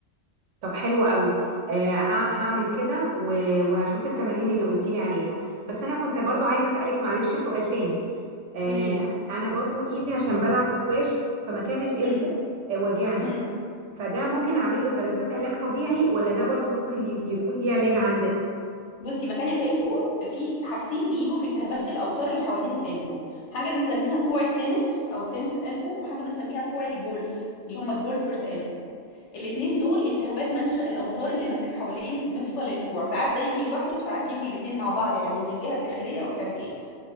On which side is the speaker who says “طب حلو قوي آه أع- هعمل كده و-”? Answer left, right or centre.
Right